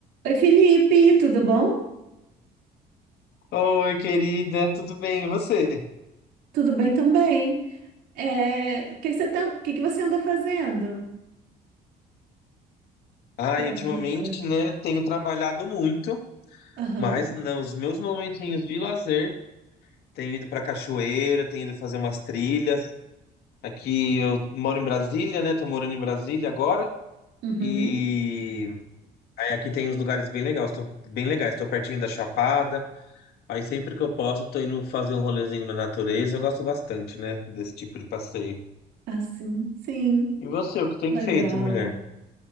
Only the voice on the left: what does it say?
Oi, querida, tudo bem? E você?
Ai,
ultimamente,
né, tenho trabalhado muito,
mas nos meus momentinhos de lazer, tenho ido pra cachoeira, tenho ido fazer umas trilhas. Aqui eu moro em Brasília, né? Tô morando em Brasília agora.
E aí aqui tem uns lugares bem legais, tô bem legais, tô pertinho da Chapada. Aí sempre que eu posso, tô indo fazer um rolezinho na natureza. Eu gosto bastante, né, desse tipo de passeio.
E você, o que tem
feito, mulher?